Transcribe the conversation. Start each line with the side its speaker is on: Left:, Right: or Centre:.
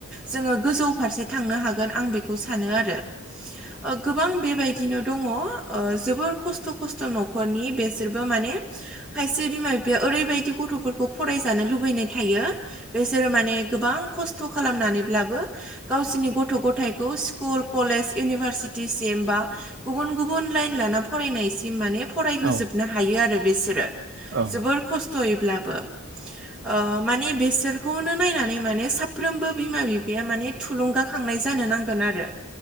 Centre: जोङो गोजौ फारसे थांनो हागोन आं बेखौ सानो आरो। ओ गोबां बे बायदिनो दङ' ओ जोबोर खस्थ' खस्थ' न'खरनि बेसोरबो माने खायसे बिमा बिफाया ओरैबायदि गथ'फोरखौ फरायजानो लुबैनाय थायो बेसोरो माने गोबां खस्थ' खालामनानैब्लाबो गावसिनि गथ' गथाय खौ स्कुल कलेज इउनिभारसिटिसिम बा गुबुन गुबुन लाइन लाना फरायनायसिम माने फरायहोजोबनो
Right: औ ओं औ ओं औ ओं
Centre: हायो आरो बिसोरो
Right: ओं
Centre: जोबोर खस्थ'यैब्लाबो। ओ माने बेसोरखौनो नायनानै माने साफ्रोमबो बिमा बिफाया माने थुलुंगाखांनाय जानो नांगोन आरो